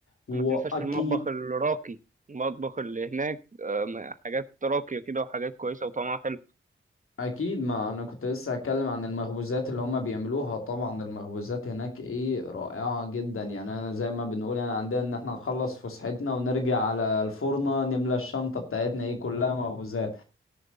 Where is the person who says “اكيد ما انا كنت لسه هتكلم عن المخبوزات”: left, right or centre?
Left